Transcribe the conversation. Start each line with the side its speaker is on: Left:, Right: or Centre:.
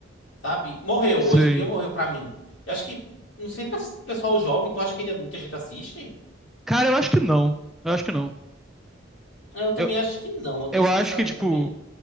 Left: sabe? Morreu.
Centre: Sim.
Left: Hoje em dia morreu pra mim. Eu acho que. Não sei, pra pessoal jovem, tu acha que ainda muita gente assiste?
Centre: Cara, eu acho que não. Eu acho que não.
Left: Eu também
Centre: Eu,
Left: acho que não. Eu tenho
Centre: eu
Left: esse
Centre: acho
Left: pensamento
Centre: que, tipo,
Left: também.